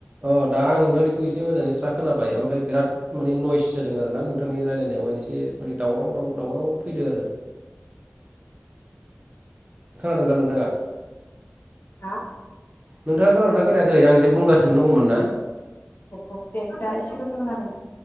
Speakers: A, on the right; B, on the left.
A: अ दा आं नोंथांनिखौ एसे मोजाङै स्रा खोनाबाय ओमफ्राय बिराद माने नयस जादों आरो ना नोंथांनि रायलायनायावहाय एसे माने दावराव दावराव फैदों आरो खोनादों दा नोंथाङा।
B: हा
A: नोंथाङा खोनादोंना खोनायाखै आं जे बुंगासिनो दङमोन ना।
B: अके। दा एसे गोसाखोनादों।